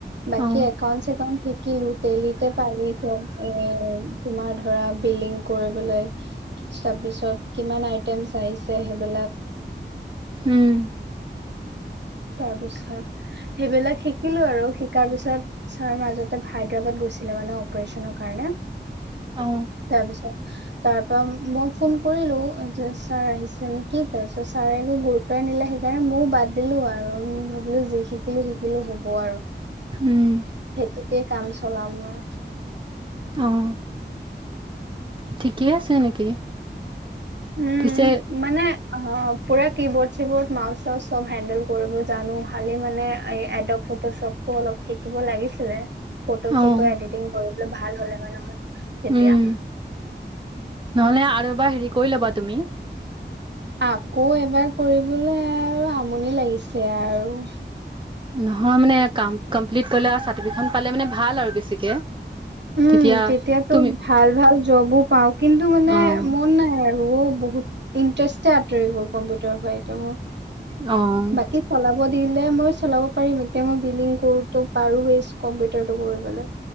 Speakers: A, on the right (about 70°); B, on the right (about 25°).
A: বাকী
B: অ
A: একাউন্ট চেকাউন্ট শিকিলো, তেলিতে পাৰি এ তোমাৰ ধৰা বিলিং কৰিবলে তাৰপিছত কিমান আইটেমছ আহিছে সেইবিলাক
B: উম।
A: তাৰপিছত সেইবিলাক শিকিলো আৰু শিকাৰ পিছত ছাৰ মাজতে হায়দৰাবাদ গৈছিলে মানে অপাৰেচনৰ কাৰণে
B: অঁ।
A: তাৰপিছত তাৰপৰা মই ফোন কৰিলো যে, ছাৰ আহিছে নেকি? তাৰপিছত ছাৰে একো গুৰু ত্বই নিদিলে সেইকাৰণে ময়ো বাদ দিলো আৰু ভাবিলো যি শিকিলো শিকিলো হ'ব আৰু।
B: উম।
A: সেইটোকে কাম চলাম মই।
B: অঁ ঠিকেই আছে এনেকেই।
A: উম
B: পিছে
A: মানে অ পোৰা কীবৰ্ড চিবৰ্ড মাউচ চাউচ চব হেন্দেল কৰিব জানো, খালি মানে এই এডপ ফটোশ্বপো অলপ শিকিব লাগিছিলে। ফটো
B: অ',
A: চটো এডিটিং কৰিবলে ভাল হলে হয় নহয় তেতিয়া।
B: উম, নহলে আৰু এবাৰ হেৰি কৰি ল'বা তুমি।
A: আকৌ এবাৰ কৰিবলে আৰু আমনি লাগিছে আৰু।
B: নহয় মানে কাৰণ কমপ্লিট কৰি লোৱা চাৰ্টিফিকেটখন পালে মানে ভাল আৰু বেছিকে।
A: উম
B: তেতিয়া
A: তেতিয়াতো
B: তুমি
A: ভাল ভাল জবো পাওঁ, কিন্তু মানে
B: অ',
A: মন নাই আৰু ও বহুত ইণ্টাৰেষ্টে আঁতৰি গ'ল কম্পিউটাৰৰ পৰা এতিয়া মোৰ।
B: অঁ।
A: বাকী চলাব দিলে মই চলাব পাৰিম এতিয়া মই বিলিং কৰোতো পৰোৱেই কম্পিউটাৰটো কৰিবলে।